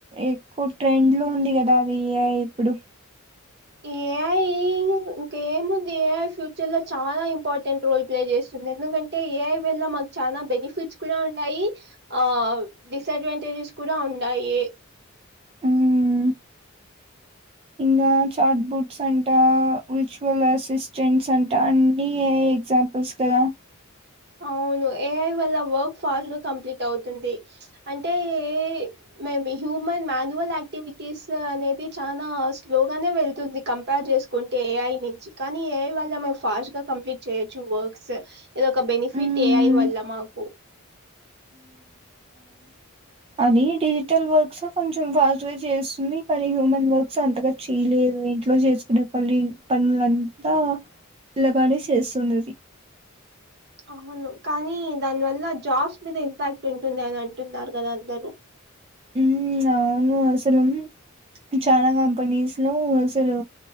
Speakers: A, on the right; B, on the right.
A: ఎక్కువ ట్రెండ్ లో ఉంది గదా అది ఇప్పుడు
B: ఏయా ఈ ఇంక ఏముంది ఏ ఐ ఫ్యూచర్ లో చాలా ఇంపార్టెంట్ రోల్ ప్లే చేస్తుంది ఎందుకంటే ఏ ఐ వల్ల చానా బెనిఫిట్స్ కూడా ఉన్నాయి ఆ డిసడ్వాంటేజెస్ కూడా ఉన్నాయి
A: హ్మ్ ఇంగా చార్ట్ బుట్స్ అంట విచువల్ అసిస్టెంట్స్ అంట అన్నీ ఏ ఐ ఎగ్జాంపుల్స్ కదా
B: అవును ఏ ఐ వల్ల వర్క్ ఫాస్ట్ గా కంప్లీట్ అవుతుంది అంటే ఏ మేమి హ్యూమన్ మాన్యువల్ యాక్టివిటీస్ అనేది చానా స్లోగానే వెళ్తుంది కంపార్జే చేస్కుంటే ఏ ఐ నించి కానీ ఏ ఐ వల్ల మన ఫాస్ట్ గా కంప్లీట్ చేయచ్చు వక్స్ ఇదొక ఫిట్
A: మ్మ్
B: ఏ ఐ వల్ల మాకు
A: అని డిజిటల్ వర్క్స్ కొంచెం ఫాస్ట్ గా చేస్తుంది కానీ హ్యూమన్ వర్క్స్ అంతగా చెయ్ లేదు అవింట్లో చేసుకునే పలి పనులంతా ల్లగానే చేస్తుందది
B: అవును కానీ దాని వల్ల జాబ్స్ మీద ఇంపాక్ట్ ఉంటుంది అని అంటున్నారు కదా అందరు
A: ఉమ్ అవును అసలు చాలా కంపెనీస్ లో అసలు